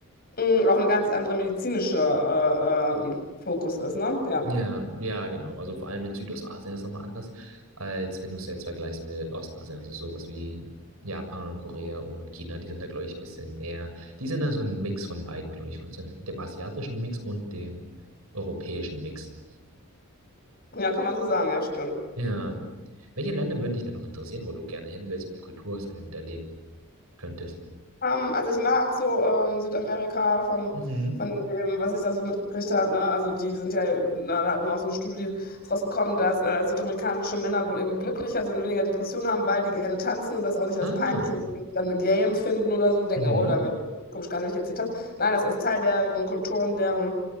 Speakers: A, on the left; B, on the right.
A: mh, auch eine ganz andere medizinische äh, äh, Fokus ist, ne? Ja.
B: Ja, ja, genau. Also vor allem in Südostasien ist es nochmal anders, als wenn du es jetzt vergleichst mit Ostasien. Also sowas wie Japan, Korea und China, die sind da, glaube ich, ein bisschen mehr. Die sind da so ein Mix von beiden, glaube ich, von so dem asiatischen Mix und dem europäischen Mix.
A: Ja, kann man so sagen, ja, stimmt.
B: Ja. Welche Länder würden dich denn noch interessieren, wo du gerne hin willst und die Kultur hast, einfach miterleben könntest?
A: Ähm, also ich mag so ähm, Südamerika vom,
B: Mhm.
A: von dem, was ich da so mitgekriegt habe. Ne? Also die sind ja, na, da hat man auch so eine Studie ist rausgekommen, dass äh, südamerikanische Männer wohl irgendwie glücklicher sind, weniger Depressionen haben, weil die gerne tanzen und das auch nicht als
B: Ah.
A: peinlich und dann gay empfinden oder so und denken,
B: Mhm.
A: oh, da wird komisch gar nicht wenn ich jetzt hier tanzen. Nein, das ist Teil deren Kulturen, deren,